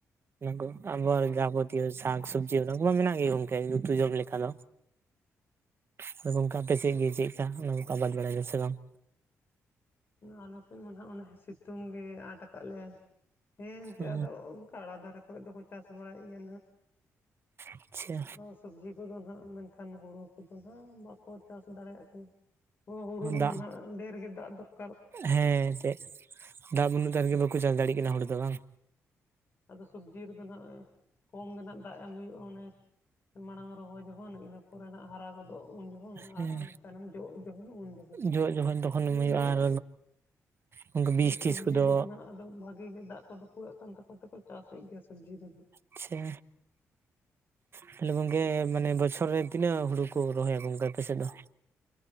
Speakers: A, on the right; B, on the left.
A: ᱚᱱᱟ ᱠᱚ ᱟᱵᱟᱨ
B: ᱦᱮᱸ
A: ᱡᱟᱵᱚᱛᱤᱭᱚ ᱥᱟᱠ ᱥᱚᱵᱽᱡᱤ ᱚᱱᱟ ᱠᱚᱢᱟ ᱢᱮᱱᱟᱜ ᱜᱮ ᱜᱚᱝᱠᱮ ᱥᱩᱡᱚᱜᱽ ᱞᱮᱠᱟ ᱫᱚ ᱟᱫᱚ ᱜᱚᱝᱠᱟ ᱟᱯᱮ ᱥᱮᱫ ᱜᱮ ᱪᱮᱫ ᱞᱮᱠᱟ ᱚᱱᱟ ᱟᱵᱟᱡᱽ ᱵᱟᱲᱟᱭ ᱜᱮ ᱥᱮ ᱵᱟᱝ
B: ᱟᱞᱮ ᱥᱮᱫ ᱢᱟ ᱜ ᱚᱱᱮ ᱥᱤᱛᱩᱝ ᱜᱮ ᱟᱴ ᱠᱟᱜ ᱞᱮᱭᱟ ᱦᱮᱸ ᱮᱱᱛᱜ
A: ᱚ
B: ᱟᱫᱚ ᱚᱱᱠᱟ ᱟᱲ ᱫᱷᱟᱨᱮ ᱠᱚᱨᱮ ᱫᱚᱠᱚ ᱪᱟᱥ ᱵᱟᱲᱟᱭᱮᱫ ᱜᱮᱭᱟ
A: ᱟᱪᱪᱷᱟ
B: ᱦᱜ ᱥᱚᱵᱡᱤ ᱠᱚᱫᱚ ᱱᱟᱜ ᱢᱮᱱᱠᱷᱟᱱ ᱦᱩᱲᱩ ᱠᱚᱫᱚ ᱱᱟᱦᱜ ᱵᱟᱠᱚ ᱪᱟᱥ ᱫᱟᱲᱮᱭᱟᱜ ᱠᱟᱱᱟ ᱦ ᱦᱩᱲᱩᱩᱨ
A: ᱫᱟᱜ
B: ᱢᱟᱱ ᱰᱮᱨ ᱜᱮ ᱫᱟᱜ ᱫᱚᱨᱠ
A: ᱦᱮᱸ ᱮᱱᱛᱮᱫ ᱫᱟᱜ ᱵᱟᱹᱱᱩᱜ ᱛᱟᱭ ᱨᱮᱜᱮ
B: ᱟᱫᱚ
A: ᱵᱟᱠᱚ ᱪᱟᱥ ᱫᱟᱲᱮᱭᱟᱜ ᱠᱟᱱᱟ ᱦᱚᱲᱩᱲ ᱫᱚ ᱵᱟᱝ
B: ᱟᱫᱚ ᱥᱚᱵᱡᱤ ᱨᱮᱫᱚ ᱜᱼᱚᱭ ᱠᱚᱢ ᱜᱮ ᱫᱟᱜ ᱮᱢ ᱦᱩᱭᱩᱜᱼᱟ ᱚᱱᱮ ᱢᱟᱲᱟᱝ ᱨᱚᱦᱚᱭ ᱡᱚᱠᱷᱚᱱ ᱤᱱᱟᱹ ᱯᱚᱨᱮᱱᱟᱜ ᱦᱟᱨᱟ ᱜᱚᱫ ᱛᱚ ᱩᱱ ᱡᱚᱠᱷᱚᱱ
A: ᱦᱮᱸ
B: ᱟᱨ ᱛᱟᱭᱱᱚᱢ ᱡᱚᱜ ᱡᱚᱠᱷᱚᱱ ᱩᱱ ᱡᱚᱠᱷᱚᱱ
A: ᱡᱚᱜ ᱡᱚᱠᱷᱚᱱ ᱛᱚᱠᱷᱚᱱ ᱮᱢ ᱦᱩᱭᱩᱜᱼᱟ
B: ᱤᱱᱟᱹᱜ
A: ᱟᱨ ᱜᱚᱝᱠᱮ ᱵᱤᱥ
B: ᱥᱚᱵᱡᱤ
A: ᱴᱤᱥ ᱠᱚᱫᱚ
B: ᱨᱮᱫᱚ ᱱᱟᱜ ᱟᱫᱚ ᱵᱷᱟᱜᱮ ᱵᱷᱟᱹᱜᱤ ᱜᱮ ᱫᱟᱜ ᱠᱚᱫᱚᱩ ᱠᱩᱲᱟᱹᱜ ᱠᱟᱱ ᱛᱟᱠᱚ ᱛᱮᱠᱚ ᱪᱟᱥᱮᱫ ᱜᱮᱭᱟ ᱥᱚᱵᱡᱤ ᱫᱚ ᱱᱟᱦᱟᱜ
A: ᱟᱪᱪᱷᱟ ᱛᱟᱦᱚᱞᱮ ᱜᱚᱝᱠᱮ ᱢᱟᱱᱮ ᱵᱚᱪᱷᱚᱨ ᱨᱮ ᱛᱤᱱᱟᱹᱜ ᱦᱩᱲᱩ ᱠᱚ ᱨᱚᱦᱚᱭᱟ ᱜᱚᱢᱠᱮ ᱟᱯᱮ ᱥᱮᱫ ᱫᱚ <inaudible>